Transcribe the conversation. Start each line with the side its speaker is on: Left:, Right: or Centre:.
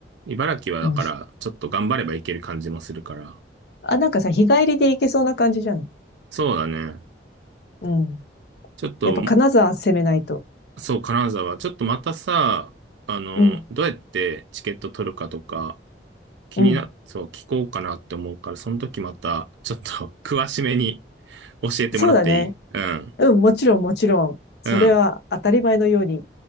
Right: 茨城はだから、
Left: うん。
Right: ちょっと頑張ればいける感じもするから。
Left: あ、なんかさ、日帰りで行けそうな感じじゃん。
Right: そうだね。
Left: うん。
Right: ちょっと、
Left: やっぱ金沢攻めないと。
Right: そう、金沢。ちょっとまたさ、あの、
Left: うん。
Right: どうやってチケット取るかとか、気にな、
Left: うん。
Right: そう、聞こうかなって思うから、その時また、ちょっと <laughs> 詳しめに <laughs> 教えてもらっていいうん。
Left: そうだね。うん、もちろん、もちろん。それは当たり前のように。
Right: うん。